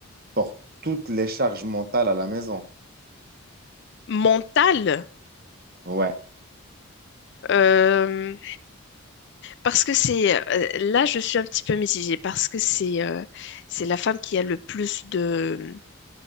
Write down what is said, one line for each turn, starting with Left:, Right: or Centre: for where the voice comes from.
Right: porte toutes les charges mentales à la maison?
Left: Mental,
Right: Ouais.
Left: euh, parce que c'est... euh, Là, je suis un petit peu mitigée, parce que c'est euh, c'est la femme qui a le plus de,